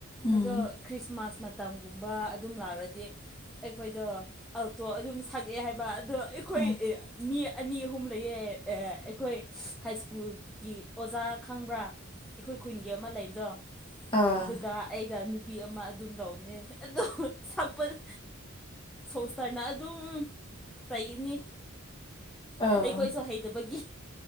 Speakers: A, on the left; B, in the centre.
A: ꯎꯝ
B: ꯑꯗꯣ ꯈ꯭ꯔꯤꯁꯃꯥꯁ ꯃꯇꯝꯒꯨꯝꯕ ꯑꯗꯨꯝ ꯂꯥꯛꯂꯗꯤ ꯑꯩꯈꯣꯏꯗꯣ ꯑꯜꯇꯣ ꯑꯗꯨꯝ ꯑꯦ ꯍꯥꯏꯕ ꯑꯗꯣ ꯑꯩꯈꯣꯏ
A: ꯑꯣ
B: ꯃꯤ ꯑꯅꯤ ꯑꯍꯨꯝ ꯂꯩꯌꯦ ꯑꯩꯈꯣꯏ ꯍꯥꯏ ꯁ꯭ꯀꯨꯜꯒꯤ ꯑꯣꯖꯥ ꯈꯪꯕ꯭ꯔꯥ ꯑꯩꯈꯣꯏ ꯈꯨꯟꯒꯤ ꯑꯃ ꯂꯩꯕꯗꯣ
A: ꯑꯥ
B: ꯑꯗꯨꯒ ꯑꯩꯒ ꯅꯨꯄꯤ ꯑꯃ ꯑꯗꯨꯝ ꯇꯧꯕꯅꯦ ꯑꯗꯣ ꯁꯛꯄꯅꯦ ꯁꯣꯡꯁꯇꯔꯅ ꯑꯗꯨꯝ ꯂꯩꯅꯤ
A: ꯑꯥ
B: ꯑꯩꯈꯣꯏꯁꯨ ꯍꯩꯇꯕꯒꯤ